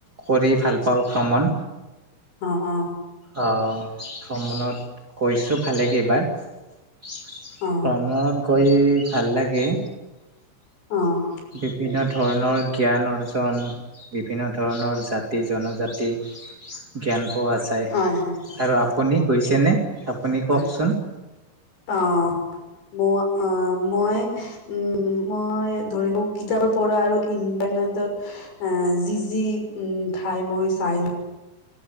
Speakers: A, on the right (about 25°); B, on the left (about 70°).
A: কৰি ভাল পাওঁ ভ্ৰমণ।
B: অ', অ'।
A: অ', ভ্ৰমণত কৈছোঁ ভালে কেইবাৰ, ভ্ৰমণত
B: অ
A: গৈ ভাল লাগে।
B: অ'।
A: বিভিন্ন ধৰণৰ জ্ঞান অৰ্জন, বিভিন্ন ধৰণৰ জাতি-জনজাতি। জ্ঞান পোৱা যায়,
B: হয় হয়
A: আৰু আপুনি গৈছেনে? আপুনি কওঁকচোন।
B: হয় অ', মোৰ অ', মই উম, মই ধৰি লওঁ, কিতাপৰ পঢ়া আৰু ইণ্টাৰনেটত এ, যি যি উম, ঠাই মই চাই ল